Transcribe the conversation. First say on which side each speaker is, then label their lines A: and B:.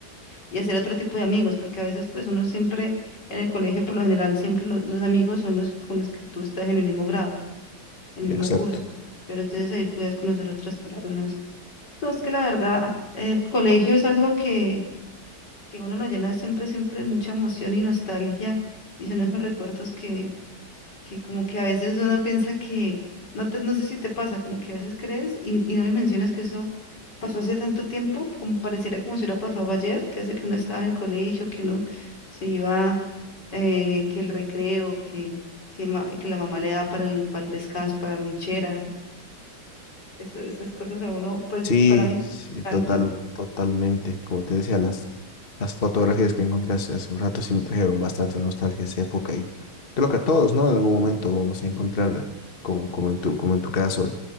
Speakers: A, on the left; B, on the left.
A: y hacer otro tipo de amigos porque a veces pues uno siempre en el colegio por lo general siempre lo- los amigos son los con los que tú estás en el mismo grado, en el
B: exacto.
A: mismo curso, pero entonces ahí puedes conocer otras personas. No, es que la verdad el colegio es algo que, que uno lo llena siempre, siempre de mucha emoción y nostalgia y son esos recuerdos que que como que a veces uno piensa que, no te, no sé si te pasa, como que a veces crees y, y no dimensionas que eso pasó hace tanto tiempo, como pareciera como si hubiera pasado ayer, que hace que uno estaba en el colegio, que uno se iba, eh, que el recreo, que, que, ma- que la mamá le da para el, para el descanso, para la lonchera, eso- esas cosas a uno, pues
B: Sí,
A: para mí,
B: sí,
A: canta
B: total, totalmente. Como te decía, las, las fotografías que encontré hace, hace un rato sí me trajeron bastante nostalgia a esa época y creo que a todos, ¿no? En algún momento vamos a encontrar, como, como en tu, como en tu caso,